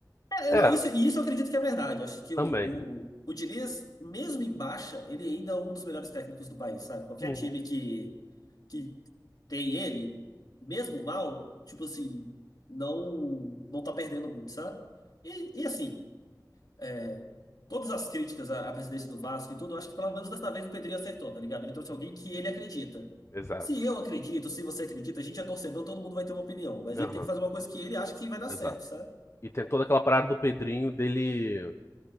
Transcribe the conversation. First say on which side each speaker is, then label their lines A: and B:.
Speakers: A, on the left (about 65°); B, on the left (about 40°).
A: É,
B: É,
A: não, isso, e isso eu acredito que é verdade. Eu acho que
B: também.
A: o, o, o Diniz, mesmo em baixa, ele ainda é um dos melhores técnicos do país, sabe? Qualquer
B: Uhum.
A: time que, que tem ele, mesmo mal, tipo assim, não, não tá perdendo muito, sabe? E, e assim, é, todas as críticas à, à presidência do Vasco e tudo, eu acho que pelo menos dessa vez o Pedrinho acertou, tá ligado? Ele trouxe alguém que ele acredita.
B: Exato.
A: Se eu acredito, se você acredita, a gente é torcedor, todo mundo vai ter uma opinião, mas
B: Aham,
A: ele tem que fazer uma coisa que ele acha que vai dar certo,
B: exato.
A: sabe?
B: E tem toda aquela parada do Pedrinho dele,